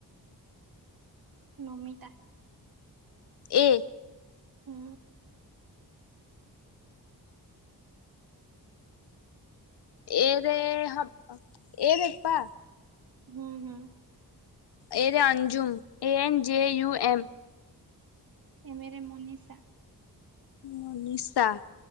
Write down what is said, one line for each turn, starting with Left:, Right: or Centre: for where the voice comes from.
Right: ନମିତା।
Left: ଏ।
Right: ହୁଁ।
Left: ଏରେ, ହ ଏ ରେ ପା।
Right: ହୁଁ ହୁଁ।
Left: ଏ ରେ Anjum, A N J U M.
Right: M ରେ ମନୀଷା।
Left: ମନିଶା।